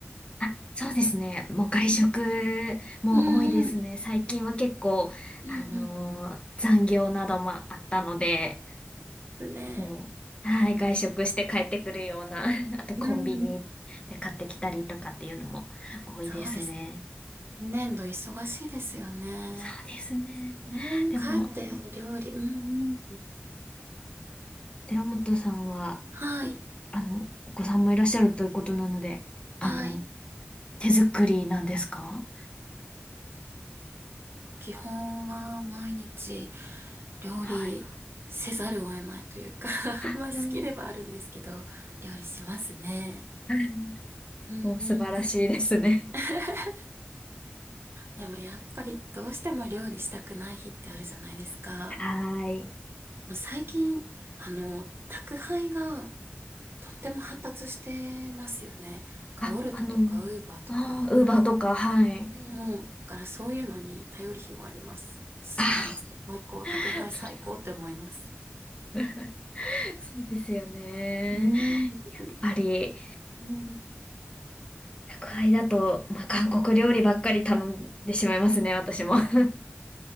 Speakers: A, on the left; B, on the right.
A: あ、そうですね。もう外食も多いですね。
B: うんうんうん。
A: 最近は結構、
B: うんうん。
A: あのー残業などもあったので、
B: ですね。
A: もう、はい、外食して帰ってくるような、<laughs> あとコンビニで買ってきたりとかっていうのも多いですね。
B: うんうん。そうです。年度忙しいですよね。
A: そうですね。
B: ね、
A: でも、
B: 家庭料理。うんうん。
A: 寺本さんは、
B: はい。
A: あの、お子さんもいらっしゃるということなので、あの、
B: はい。
A: 手作りなんですか
B: 基本は毎日料理せざるを得ないというか
A: はい。
B: <laughs>
A: あ、
B: まあ好きではあるんですけど、
A: うん。
B: 料理しますね。
A: はい
B: うんうん。
A: もう素晴らしいですね。
B: <laughs> でもやっぱりどうしても料理したくない日ってあるじゃないですか。
A: はい。
B: もう最近、あの、宅配がとっても発達してますよね。
A: あ、
B: ウォルトとかウーバーとか。
A: あの、あー、ウーバーとか、はい。
B: うんうだからそういうのに頼る日もあります。すごい最高、
A: あ
B: 宅配最高って思います。
A: ー、それは。<laughs> そうですよね。
B: うーん。1
A: ぱり、
B: うん。
A: 宅配だと、まあ、韓国料理ばっかり頼んでしまいますね、私も。<laughs>